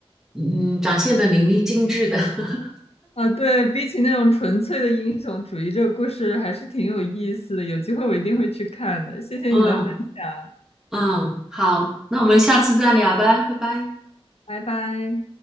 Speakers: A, in the centre; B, on the left (about 75°).
A: 嗯，展现的淋漓尽致的。<laughs>
B: 啊，对，比起那种纯粹的英雄主义，这个故事还是挺有意思的。有机会我一定会去看的。谢谢你的分享，
A: 嗯嗯，好，那我们下次再聊呗，拜拜。
B: 拜拜。